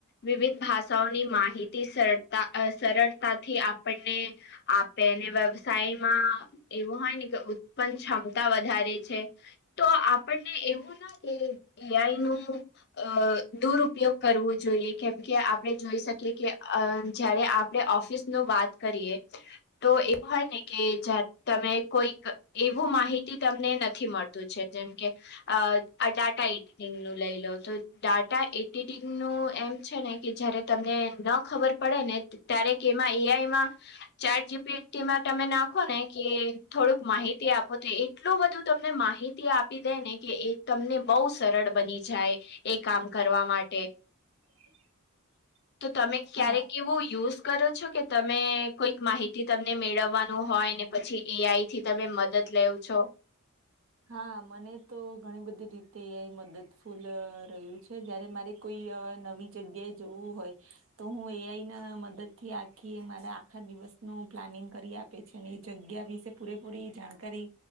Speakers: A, on the left; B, on the right.
A: વિવિધ ભાષાઓની માહિતી સરળતા અ સરળતાથી આપણને આ તેને વ્યવસાયમાં એવું હોય ને કે ઉત્પન્ન ક્ષમતા વધારે છે. તો આપણને એવું ન કે એ આઈનું. અ દુરઉપયોગ કરવો જોઈએ કેમકે આપણે જોઈ શકીએ કે અ જ્યારે આ કે ઓફિસનું વાત કરીએ તો એવું હોય ને કે જયારે તમે કોઈક એવું માહિતી તમને નથી મળતું છે જેમ કે આ અ ડાટા એડિટિંગનું લઈ લો તો ડાટા એડિટિંગનું એમ છેને કે જયારે તમને ન ખબર પડે ને ત્યારે કે એમાં એ આઈ માં ચેટ જી પી ટી માં તમે નાખોને કે થોડુંક માહિતી આપો તો એ એટલું બધું તમને માહિતી આપી તેને કે એ તમને બોઉ સરળ બની જાય એ કામ કરવા માટે.
B: <inaudible>
A: તો તમે ક્યારેક
B: હા
A: એવો યુઝ કરો છો કે તમે કોઈક માહિતી તમને મેળવવાનું હોય ને પછી એ આઈ થી તમે મદદ લેવ છો.
B: હા મને તો ઘણી બધી રીતે એ આઈ મદદ ફૂલ રહ્યું છે જયારે મારે કોઈ અ નવી જગ્યાએ જવું હોય તો હું એ આઈ ના મદદથી આખી મારા આખા દિવસનુ પ્લાનિંગ કરી આપ તે છે ને એ જગ્યા વિશે પૂરે પૂરી જાણકારી